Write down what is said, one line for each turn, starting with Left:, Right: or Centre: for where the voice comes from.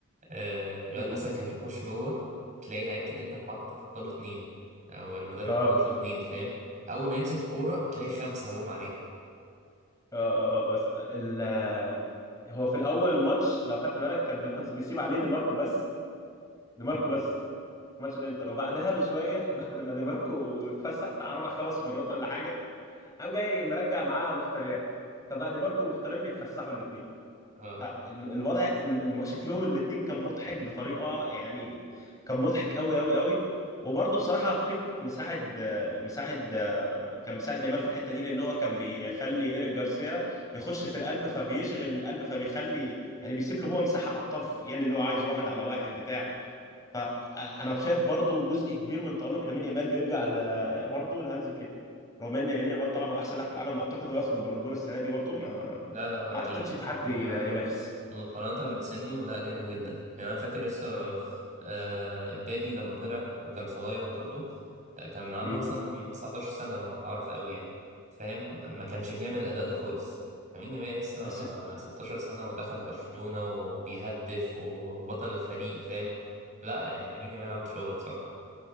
Right: آه الواد
Left: أمم.
Right: مثلا كان يخش جوه تلاقي لعيبه الانتر حط حط له اتنين او المدرب
Left: <laughs> اه
Right: حاطط له اتنين فاهم اول ما يمسك الكوره تلاقي خمسه هجوم عليه
Left: اه اه آه، بس ال هو في الاول الماتش لو خدت بالك كان بيحط بيسيب عليه دي ماركو بس دي ماركو
Right: مم.
Left: بس ماتش الانتر وبعدها بشويه <laughs> بعد ما دي ماركو اتفسح بتاع اربع خمس مرات ولا حاجه قام جاي مرجع معاه مختاريان فبقى دي ماركو ومختاريان بيتفسحوا الاثنين
Right: اه
Left: فالوضع ال- الم- شكلهم الاثنين كان مضحك بطريقه يعني كان مضحك قوي قوي قوي وبرضه بصراحه فليك مساعد آه، مساعد آه، كان مساعد يامال في الحته دي لان هو كان بيخلي ايريك جارسيا يخش في القلب فبيشغل القلب فبيخلي يعني بيسيب له هو مساحه على الطرف يعمل اللي هو عايزه واحد على واحد بتاع فانا شايف برضو جزء كبير من تالق لامين يامال يرجع ل- برضو لهانز فليك رغم ان لامين يامال طبعا هو احسن لاعب في العالم واعتقد هو ياخد البالندور السنه دي برضو ما
Right: لا لا هو لعيب
Left: ما اعتقدش في حد
Right: و...
Left: ي- ينافس
Right: ومقارنة بسنه لا جامد جدا يعني أنا فاكر لسه آه، إمبابي لما طلع وكان صغير برضو آه، كان عنده
Left: امم
Right: مثلا 19 سنة لما اتعرف قوي يعني فاهم ما كانش بيعمل الأداء ده خالص لامين يامال لسه آه،
Left: بس
Right: 16 سنة ودخل برشلونة وبيهدف وبطل الفريق فاهم لا يعني لامين يامال عامل شغل بصراحة